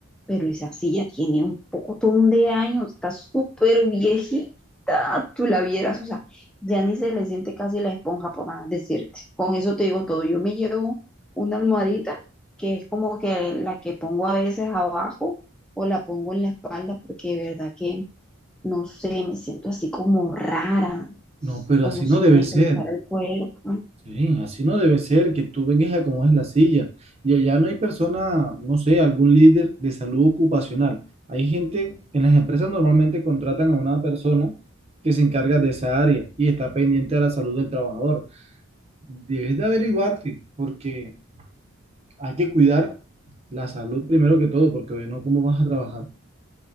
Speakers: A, in the centre; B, on the right.
A: pero esa silla tiene un pocotón de años, está súper viejita, tú la vieras, o sea, ya ni se le siente casi la esponja, por más decirte. Con eso te digo todo. Yo me llevo una almohadita, que es como que la que pongo a veces abajo o la pongo en la espalda, porque de verdad que, no sé, me siento así como rara,
B: No, pero
A: como
B: así
A: si
B: no debe
A: me
B: ser.
A: pesara el cuerpo.
B: Sí, así no debe ser, que tú vengas y acomodes la silla. Y allá no hay persona, no sé, algún líder de salud ocupacional. Hay gente, en las empresas normalmente contratan a una persona que se encarga de esa área y está pendiente de la salud del trabajador. Debes de averiguarte, porque hay que cuidar la salud primero que todo, porque oye, no, ¿cómo vas a trabajar?